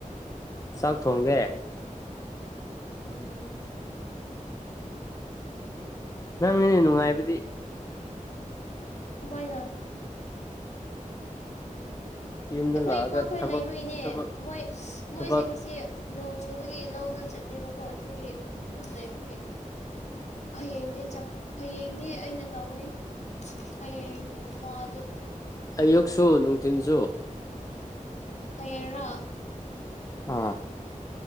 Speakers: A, on the left (about 25°); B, on the left (about 55°).
A: ꯆꯥꯛ ꯊꯣꯡꯒꯦ
B: ꯎꯝ
A: ꯅꯪꯅꯤꯅꯦ ꯅꯨꯡꯉꯥꯏꯕꯗꯤ
B: ꯀꯃꯥꯏꯅ
A: ꯌꯨꯝꯗ
B: ꯑꯩꯈꯣꯏ
A: ꯂꯥꯛꯑꯒ
B: ꯏꯃꯥꯈꯣꯏ
A: ꯊꯕꯛ
B: ꯂꯩꯕꯒꯤꯅꯦ
A: ꯊꯕꯛ
B: ꯃꯣꯏ ꯃꯣꯏꯁꯤꯡꯁꯤ
A: ꯊꯕꯛ
B: ꯑꯆꯨꯕꯒꯤ ꯂꯧꯗꯣ ꯆꯠꯇꯦꯕꯀꯣ ꯑꯗꯨꯒꯤ ꯑꯗꯨꯝ ꯂꯩꯕꯒꯤ ꯍꯌꯦꯡꯗꯤꯪ ꯍꯌꯦꯡꯗꯤ ꯑꯩꯅ ꯇꯧꯒꯅꯤ ꯍꯌꯦ ꯏꯃ ꯑꯗꯨꯣ
A: ꯑꯌꯨꯛꯁꯨ ꯅꯨꯡꯊꯤꯟꯁꯨ
B: ꯍꯌꯦꯔꯔꯥ
A: ꯑꯥ <inaudible>